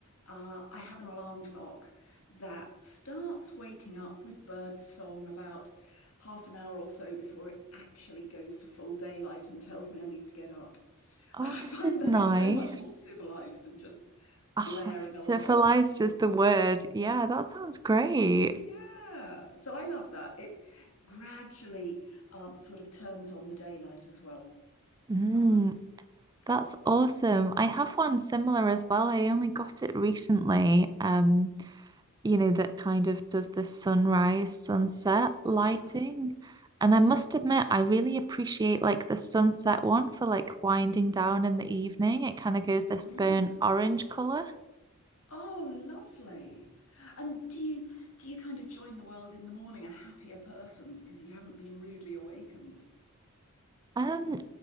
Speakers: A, on the left; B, on the right.
A: uh, I have an alarm clock that starts waking up with bird song about half an hour or so before it actually goes to full daylight and tells me I need to get up. <laughs>
B: oh,
A: And I
B: this
A: find
B: is
A: that
B: nice.
A: is so much more civilized than just
B: Ah,
A: blaring
B: civilized
A: alarm or
B: is the word. Yeah, that sounds great.
A: yeah. So I love that. It gradually um, sort of turns on the daylight as well.
B: Mm,
A: Uh,
B: that's
A: That's
B: awesome. I have one similar as well. I only got it recently. Um. you know, that kind of does the sunrise, sunset lighting.
A: <gasps> oh,
B: And I must admit, I really appreciate like the sunset one for like winding down in the evening. It kind of goes this
A: brilliant.
B: burnt orange color.
A: Oh, lovely. And do you do you kind of join the world in the morning a happier person because you haven't been rudely awakened?
B: Um,